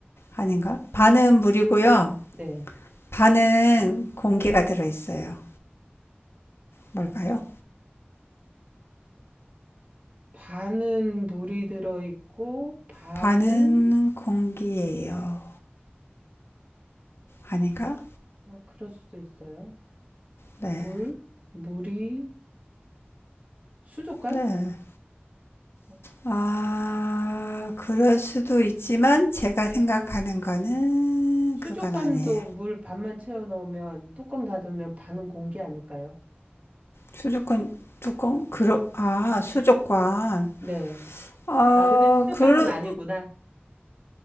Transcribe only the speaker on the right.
네.
반은 물이 들어있고, 반은,
아, 그럴 수도 있어요.
물, 물이, 수족관?
아,
수족관도
물 반만 채워 넣으면, 뚜껑 닫으면 반은 공기 아닐까요?
네.
아, 근데 수족관은
아니구나.